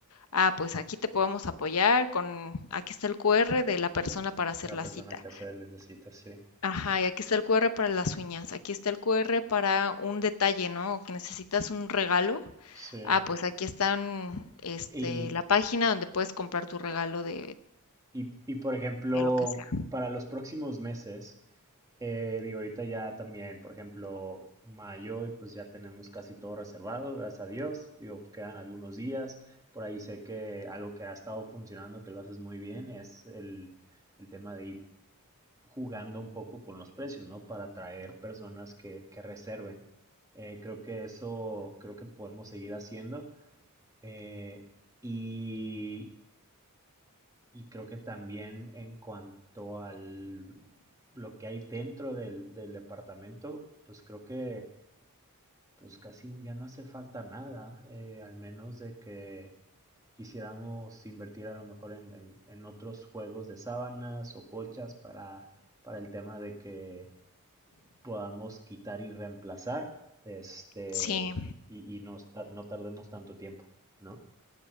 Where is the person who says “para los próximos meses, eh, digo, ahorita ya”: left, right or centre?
Right